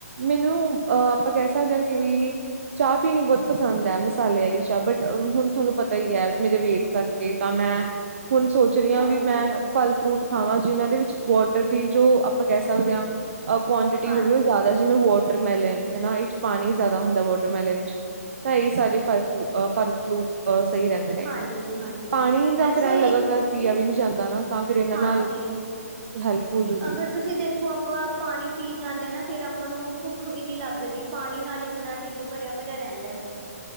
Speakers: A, on the right (about 50°); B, on the right (about 30°).
A: ਮੈਨੂੰ ਅਹ ਆਪਾਂ ਕਹਿ ਸਕਦੇ ਆ ਕਿ ਵੀ ਚਾਹ ਪੀਣੀ ਬਹੁਤ ਪਸੰਦ ਐ ਮਸਾਲੇ ਵਾਲੀ ਚਾਹ ਬਟ ਹੁਣ ਤੁਹਾਨੂੰ ਪਤਾ ਈ ਐ ਮੇਰੇ ਵੇਟ ਕਰਕੇ ਤਾਂ ਮੈਂ। ਹੁਣ ਸੋ ਚ ਰੀਆਂ
B: ਹਾਂਜੀ
A: ਵੀ ਮੈਂ ਫਲ਼-ਫਰੂਟ ਖਾਵਾਂ ਜਿਨਾਂ ਦੇ ਵਿੱਚ ਵੋਟਰ ਦੀ ਜੋ ਆਪਾਂ ਕਹਿ ਸਕਦੇ ਆ। ਹ ਕੁਆਂਟਿਟੀ
B: ਹਾਂਜੀ
A: ਹੋਵੇ ਉਹ ਜ਼ਿਆਦਾ ਜ ਜਿਵੇਂ ਵਾਟਰਮੈਲਨ ਹਨਾ ਇਹ ਚ ਪਾਣੀ ਜ਼ਿਆਦਾ ਹੁੰਦਾ ਵਾਟਰਮੈਲਨ ਚ ਤਾਂ ਇਹ ਸਾਰੇ ਫਰਫਲੂ ਫ਼ਲ-ਫਲੂਟ ਅ ਸਹੀ ਰਹਿੰਦੇ ਨੇ
B: ਹਾਂਜੀ ਹਾਂਜੀ
A: ਪਾਣੀ ਤਾਂ
B: ਵੈਸੇ
A: ਫਿਰ ਲਗਾਤਾਰ ਪੀਆ ਵੀ ਨਹੀਂ ਜਾਂਦਾ। ਨਾ ਤਾਂ ਫਿਰ ਇਹਨਾਂ
B: ਹਾਂਜੀ
A: ਨਾਲ ਹੈਲਪ ਹੋਜੂਗੀ।
B: ਅਗਰ ਤੁਸੀਂ ਦੇਖੋ ਆਪਾਂ ਪਾਣੀ ਪੀ ਜਾਂਣੇ ਆ ਨਾ ਫਿਰ ਆਪਾਂ ਨੂੰ ਭੁੱਖ ਵੀ ਨਹੀਂ ਲੱਗਦੀ ਪਾਣੀ ਨਾਲ ਈ ਆਪਣਾ ਢਿੱਡ ਭਰਿਆ-ਭਰਿਆ ਰਹਿੰਦਾ।